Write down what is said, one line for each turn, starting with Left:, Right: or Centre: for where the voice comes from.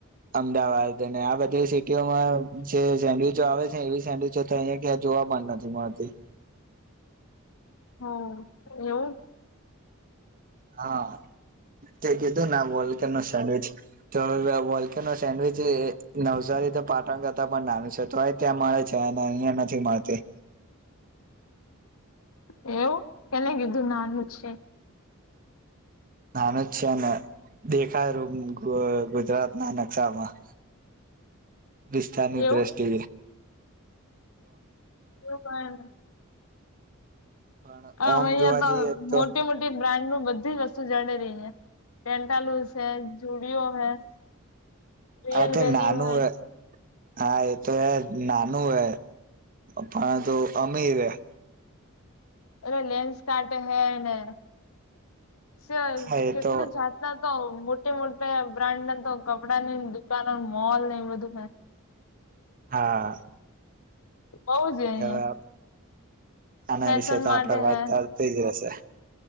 Right: અમદાવાદ અને આ બધી સિટીઓમાં જે સેન્ડવીચો આવે છે એવી સેન્ડવીિચો તો અહીં જોવા પણ નથી મળતી
Left: <inaudible> હ એવું
Right: હા ક કીધું ને વોલકર નો સાડ છે તો વોલ્કી નો સેન્ડવીચ નવસારી તો પાટણ કરતા પણ નાનું છે તો ત્યાં મળે છે અહિયાં નથી મળતી
Left: <inaudible> એવું કેને કીધું નાનું છે
Right: નાનું જ છે ને દેખાયું ગુજરાત ના નકશામાં
Left: <inaudible>
Right: બસ્ની
Left: એવું
Right: દ્રષ્ટિ
Left: એવું
Right: પણ
Left: હ અહં
Right: ઓમ જોવા
Left: તો
Right: જઈએ તો
Left: મોટી મોટી બ્રાન્ડ ન બધી જ વસ્તુ જાડે ર અહ પેન્ટાલુસ હૈ જુડિયો હૈ રિયલ
Right: આ તે
Left: વેલી
Right: નાનું
Left: હૈ
Right: હા એ તો હ નાનું હ પણ તોુ અમીર હ
Left: એલે લેન્સ કાટે હે ને શ્યા
Right: હા એ
Left: કેટલી
Right: તો
Left: જાતના તો મોટી મોટા બ્રાન્ડ ના તો કપડા ની દુકાનો મોલ ને એ બધું
Right: હા
Left: બઉ છે અહિયાં
Right: હવે આના
Left: ફેશન
Right: વિશે તો
Left: માટે
Right: આપડે વાત
Left: હે
Right: ચાલતી જ રહેશે